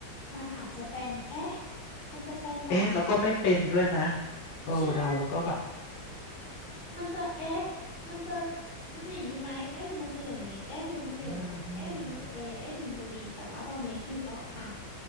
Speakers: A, on the left (about 70°); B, on the left (about 85°).
A: มันอาจจะเป็น เอ๊ะ มันจะเป็นแบบ
B: เอ๊ะแล้วก็ไม่เป็นด้วยนะเออเดาแล้วก็แบบ
A: ใช่ มันจะเอ๊ะมันจะ มันจะอย่างนี้ไหมเอ๊ะหรือมันจะอย่างนี้เอ๊ะหรือมันจะอย่างงั้นเอ๊ะหรือมันจะเอเอ๊ะหรือมันจะบีแต่ว่าตอนนี้คือก็อ่ะ
B: อืมอืม